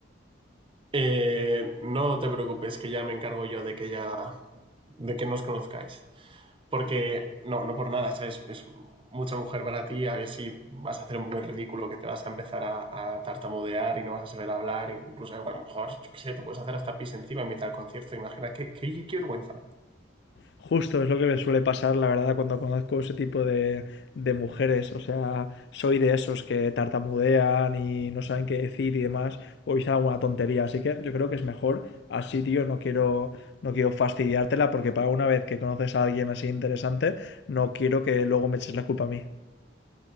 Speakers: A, on the right; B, on the left.
A: Eh, no te preocupes, que ya me encargo yo de que ya, de que nos conozcáis. Porque no, no por nada, ¿sabes? Es mucha mujer para ti, a ver si vas a hacer un poco el ridículo, que te vas a empezar a, a tartamudear y no vas a saber hablar, e incluso igual, a lo mejor, yo qué sé, te puedes hacer hasta pis encima en mitad del concierto, imagina, qué, qué, qué vergüenza.
B: Justo es lo que me suele pasar, la verdad, cuando conozco ese tipo de, de mujeres. O sea, soy de esos que tartamudean y no saben qué decir y demás, o dicen alguna tontería. Así que yo creo que es mejor así, tío. No quiero, no quiero fastidiártela porque para una vez que conoces a alguien así interesante, no quiero que luego me eches la culpa a mí.